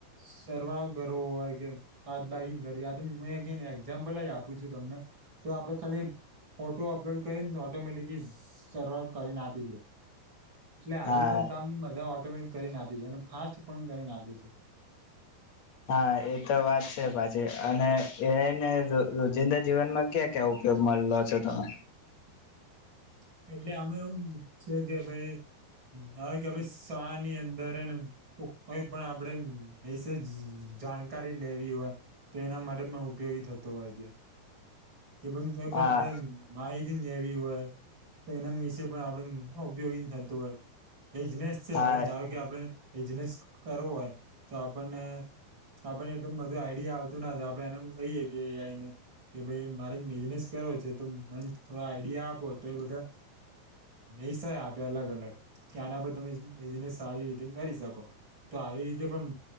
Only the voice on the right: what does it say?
સરવા ગર્વ હોય બાિંગ કરવી આ હુંન એઝામ્પલ જ આપું છું તમને તો આપડે ખાલી ફોટો અપલોડ કરીને ઓટોમેટિકલી સર્વાર કરીને આપી દે એટલે આવી
રીને કામ એ બધા ઓટોમેટિક કરીને આપી છે અને ફાસ્ટ પણ કરીને આપે છે
<inaudible> એટલે અમે એવું છે કે ભાઈ હ કે આપ શાહ ની અંદર એને કોઈ પણ આપડે એ જાણકારી લેવી હોય તો એના માટે પણ ઉપયોગી થતો હોય છે એ તોઈ પણ
આપડણે માહિતી હોય તો એના વિશે પણ આપડ ઉપયોગી થતું હોય એઇઝનેસ છે
હવે ધારો કે આપણે એઇઝનેસ કરવો હોય તો આપણને આપણે એટલું બધું આઈડિયા આવતું ના હત આપડે એનેમ કહીયે કે આઈને કે ભાઈ મારે બિઝનેસ કરવો છે તો મને થો આઈડિયા આપો તો એ બધા એસા આપે અલગ અલગ કે આના પર તમે બિનેસ સારી રીતે કરી શકો તો આવી રીતે પણ